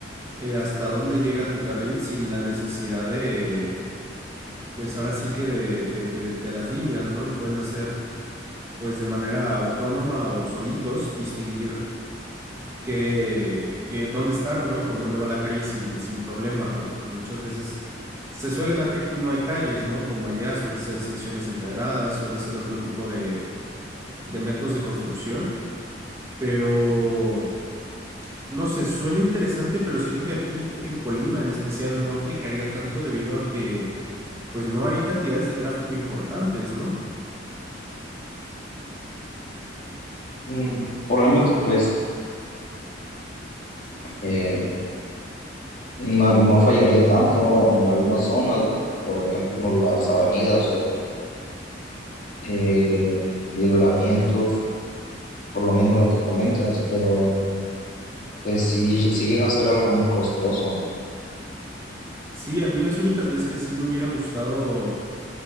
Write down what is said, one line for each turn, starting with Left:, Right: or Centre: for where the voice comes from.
Right: eh, hasta dónde llega tu carril sin la necesidad de, pues ahora sí que de, de, de, de las líneas, ¿no? Lo pueden hacer pues de manera autónoma o solitos, distinguir que, que dónde están, ¿no? Y por dónde va la calle sin, sin problema, porque pues muchas veces se suele dar que aquí no hay calles, ¿no? Como allá, suele ser secciones empedradas, suele ser otro tipo de, de métodos de construcción, pero no sé, suena interesante, pero siento que aquí en Colima en especial no aplicaría tanto debido a que pues no hay cantidades de tráfico importantes, ¿no?
Left: Mm, probablemente pues eh, no, no fallaría tanto en algunas zonas, por ejemplo las avenidas o eh, libramientos, por lo mismo de que comentas, pero... pues sí, sí llega a ser algo muy costoso.
Right: Sí, a mí las únicas veces que sí me hubiera gustado